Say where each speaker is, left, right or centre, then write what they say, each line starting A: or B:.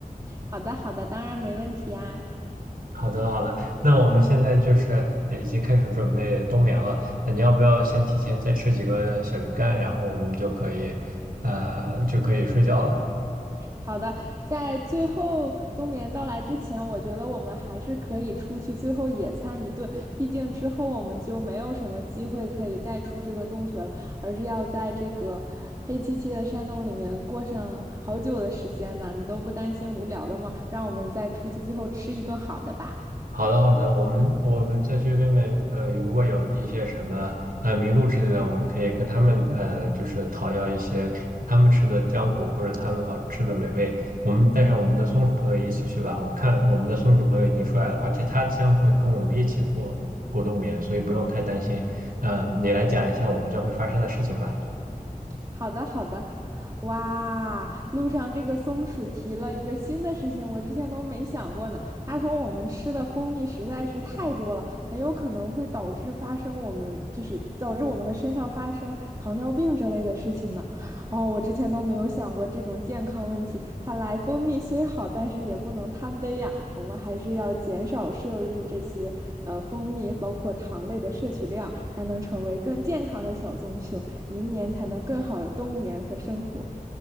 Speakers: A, on the right (about 25°); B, on the right (about 85°).
A: 好的，好的，当然没问题呀。
B: 好的，好的。那我们现在就是呃已经开始准备冬眠了。那你要不要先提前再吃几个小鱼干，然后我们就可以呃就可以睡觉了？
A: 好的，在最后冬眠到来之前，我觉得我们还是可以出去最后野餐一顿。毕竟之后我们就没有什么机会可以再出这个洞穴了，而是要在这个黑漆漆的山洞里面过上好久的时间呢。你都不担心无聊的吗？让我们再出去最后吃一顿好的吧。
B: 好的，好的，我们我们再去边面，呃，如果有一些什么呃麋鹿之类的，我们可以跟他们呃，就是讨要一些他们吃的浆果或者他们好吃的美味。我们带上我们的松鼠朋友一起去吧。我们看我们的松鼠朋友已经出来了，而且他将会跟我们一起过过冬眠，所以不用太担心。嗯、你来讲一下我们将会发生的事情吧。
A: 好的，好的。哇，路上这个松鼠提了一个新的事情，我之前都没想过呢。他说我们吃的蜂蜜实在是太多了，很有可能会导致发生我们就是导致我们的身上发生糖尿病这类的事情呢。哦，我之前都没有想过这种健康问题。看来蜂蜜虽好，但是也不能贪杯呀。我们还是要减少摄入这些呃蜂蜜，包括糖类的摄取量，才能成为更健康的小棕熊，明年才能更好的冬眠和生活。